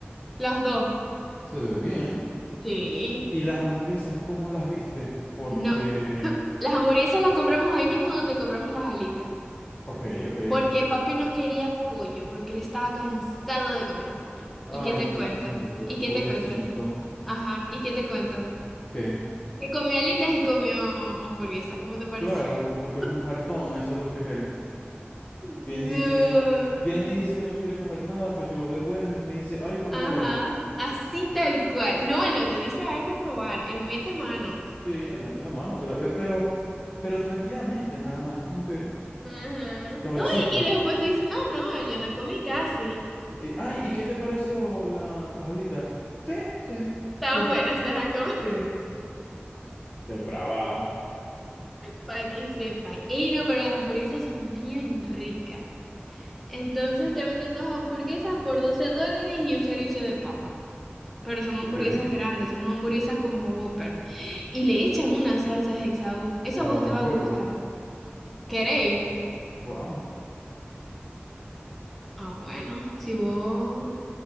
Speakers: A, in the centre; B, on the left.
A: las dos.
B: Se ve bien.
A: Sí.
B: ¿Y las hamburguesas, cómo las viste? Porque...
A: No. <laughs> Las hamburguesas las compramos ahí mismo donde compramos las alitas.
B: Ok, ok.
A: Porque papi no quería pollo, porque él estaba cansado de comer pollo.
B: Ay,
A: ¿Y qué te
B: Dios
A: cuento?
B: mío,
A: ¿Y qué
B: pobrecito.
A: te cuento? Ajá, ¿y qué te cuento?
B: ¿Qué?
A: Que comió alitas y comió hamburguesa, ¿cómo te parece?
B: Claro,
A: <laughs>
B: porque es un jartón, eso es lo que es él.
A: No.
B: Viene y dice que no, viene y dice que no quiere comer nada hasta que lo ve bueno y me dice, ay, para
A: Ajá,
B: probar.
A: así tal cual. No, él no te dice, ay, para probar, él mete mano.
B: Sí, él mete la mano otra vez, pero, pero tranquilamente, nada más, es como que
A: Ajá.
B: suavecito.
A: No, y, y después te dice, no, no, yo no comí casi.
B: Ay, ay, ¿y qué te pareció la, la jalita? Sí, sí,
A: Tan
B: sí,
A: buenas se van a comer.
B: sí. Depravado.
A: Para <laughs> que sepa. Y no, pero las hamburguesas son bien ricas. Entonces te venden dos hamburguesas por 12 dólares y un servicio de papa. Pero son hamburguesas
B: Ok,
A: grandes, son hamburguesas como Whopper. Y le echan una salsa Hexaú. Eso
B: ¿Cuándo
A: a vos
B: vamos
A: te va
B: el
A: a
B: miércoles?
A: gustar. ¿Queréis?
B: Vamos.
A: Ah, bueno, si vos...